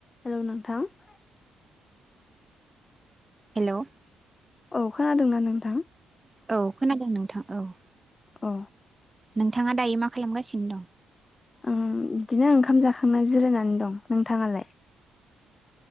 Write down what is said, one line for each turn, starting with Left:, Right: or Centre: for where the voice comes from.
Left: हेलौ नोंथां ।
Right: हेलौ ।
Left: औ खोनादोंना नोंथां?
Right: औ खोनादों नोंथां औ ।
Left: अ
Right: नोंथाङा दायो मा खालामगासिनो दं?
Left: आं बिदिनो ओंखाम जाखांना जिरायनानै दं नोंथाङालाय?